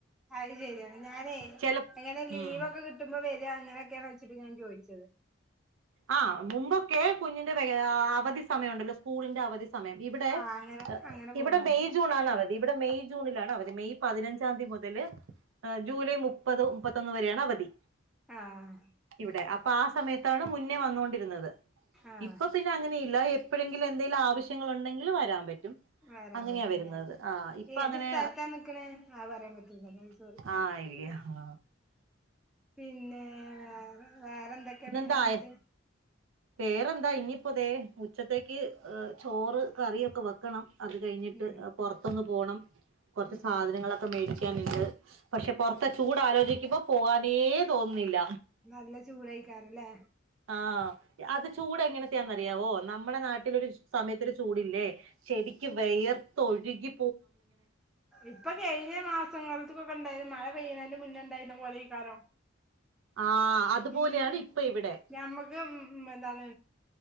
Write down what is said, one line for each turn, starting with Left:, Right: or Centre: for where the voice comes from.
Centre: അത് ശരിയാണ് ഞാനേ
Right: ചെല
Centre: എങ്ങനെ ലീവൊക്കെ
Right: ഉം
Centre: കിട്ടുമ്പോ വരാണ് അങ്ങനെയൊക്കെയണ അതാ ചോദിച്ചത്
Right: ആ മുമ്പൊക്കെ കുഞ്ഞിന്റെ അവധി സമയം ഉണ്ടല്ലോ സ്കൂളിന്റെ അവധി സമയം ഇവിടെ
Centre: ആഹ് അങ്ങനെ അങ്ങനെ പോവണ്ടാവും
Right: ഇവിടെ മെയ് ജൂൺ ആണ് അവധി ഇവിടെ മെയ് ജൂണിലാണ് അവധി മെയ് പതിനഞ്ചാം തീയതി മുതൽ ജൂലൈ മുപ്പത് മുപ്പത്തൊന്ന് വരെയാണ് അവധി
Centre: ആഹ്
Right: ഇവിടെ അപ്പൊ ആ സമയത്താണ് വന്നോണ്ടിരുന്നത്
Centre: ആഹ്
Right: ഇപ്പൊ പിന്നെ അങ്ങനെയില്ല എപ്പോഴെങ്കിലും എന്തെങ്കിലും ആവശ്യങ്ങൾ ഉണ്ടെങ്കിൽ വരാൻ പറ്റ
Centre: വരാൻ
Right: അങ്ങനെയാ
Centre: പറ്റില്ലേ
Right: വരുന്നത് ആ ഇപ്പൊ
Centre: ഏത്
Right: അങ്ങനെ
Centre: സ്ഥലത്താ നിക്കണേ അത് പറയാൻ പറ്റൂലല്ലോ സോറി
Right: ആഹ ഇല്ലേ ആഹ
Centre: പിന്നെ വേറെ എന്തൊക്കെയാ
Right: ഇന്നെന്താ
Centre: പിന്നെ എന്നിട്ട്
Right: വേറെന്താ ഇനിയിപ്പോതെ ഉച്ചത്തേക്ക് ചോറ് കറിയൊക്കെ വെക്കണം അത് കഴിഞ്ഞിട്ട്
Centre: ഉം
Right: പുറത്തൊന്ന് പോണം കുറച്ച്
Centre: ഉം
Right: സാധനങ്ങളൊക്കെ മേടിച്ച ക്കാൻ ഉണ്ട് പക്ഷെ പൊറത്തെ ചൂട് ആലോചിക്കുമ്പോ പോകാനേ തോന്നുന്നില്ല
Centre: നല്ല ചൂടഴിക്കാരല്ലേ
Right: ആഹ അത് ചൂട് എങ്ങനത്തെയാന്നറിയാവോ നമ്മുടെ നാട്ടിലരു സമയത്തോരു ചൂടല്ലേ ശെരിക്കും വിയർത്ത് ഒഴുകി
Centre: ഇപ്പൊ കഴിഞ്ഞ മാസങ്ങളാലത്തക്കൊക്കെ ഇണ്ടായിരുന്നു മഴ പെയ്യുന്നതിന്റെ മുന്നെണ്ടായിരുന്ന പോലെയ്ക്കാരം
Right: ആഹ് അതുപോലെയാണ്
Centre: ഉമ്
Right: ഇപ്പൊ ഇവിടെ
Centre: ഞമ്മക്ക് എന്താണ്